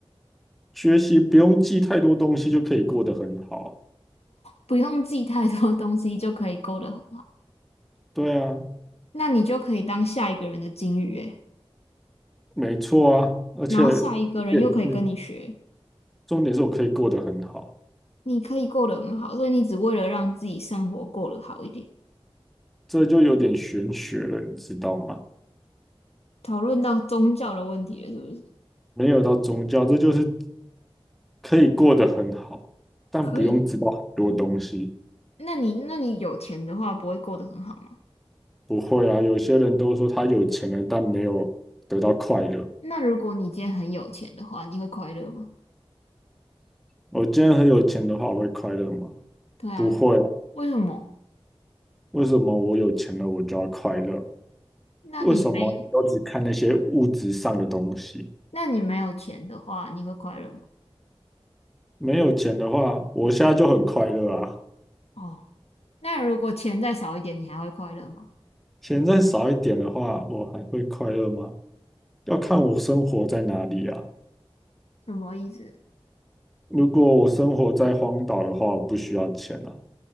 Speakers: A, in the centre; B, on the left.
A: 学习不用记太多东西就可以过得很好啊。
B: 不用记太多东西就可以勾得很好，
A: 对啊，
B: 那你就可以当下一个人的金鱼哎，
A: 没错啊，而且
B: 然后下一个人又可以跟你学。
A: 重点是重点是我可以过得很好，
B: 你可以过得很好，所以你只为了让自己生活过得好一点。
A: 这就有点玄学了，你知道吗？
B: 讨论到宗教的问题了，是不是？
A: 没有到宗教，这就是可以过得很好，但不用知道很多东西。
B: 可以过那你那你有钱的话，不会过得很好吗？
A: 不会啊，有些人都说他有钱了，但没有得到快乐。
B: 那如果你今天很有钱的话，你会快乐吗？
A: 我今天很有钱的话，我会快乐吗？
B: 对啊，
A: 不会啊。
B: 为什么？
A: 为什么我有钱了，我就要快乐？
B: 那你没
A: 为什么你都只看那些物质上的东西？
B: 那你没有钱的话，你会快乐吗？
A: 没有钱的话，我现在就很快乐啊。
B: 哦，那如果钱再少一点，你还会快乐吗？
A: 钱再少一点的话，我还会快乐吗？要看我生活在哪里啊。
B: 什么意思？
A: 如果我生活在荒岛的话，我不需要钱啊。